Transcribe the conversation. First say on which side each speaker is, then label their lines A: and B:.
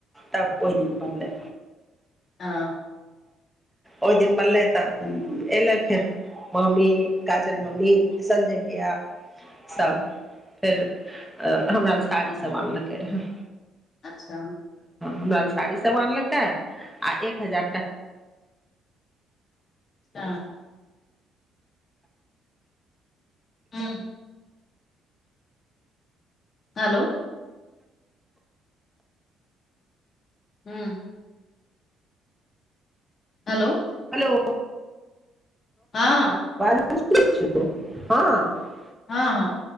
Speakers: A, in the centre; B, on the left.
A: तब ओहि दिन बनलै
B: आ
A: ओहि दिन बललै तऽ एलै फेर ममी काजल मम्मी संजय भैया सब फेर हमरा ल साड़ी सब आानलकै रहए
B: अच्छा
A: हमरा ल साड़ी सब आनलकै आ एक हजार टका
B: त हँ हलो हू हेलो
A: हेलो
B: हँ
A: हँ
B: हँ हँ